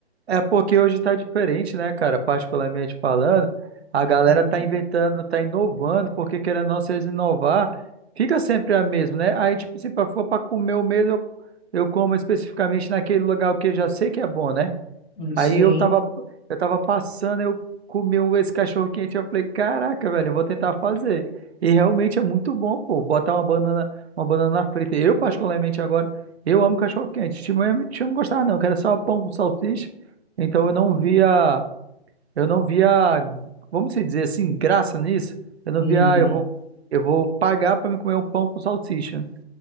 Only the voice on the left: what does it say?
Uhum.
Hum,
Sim.
Uhum.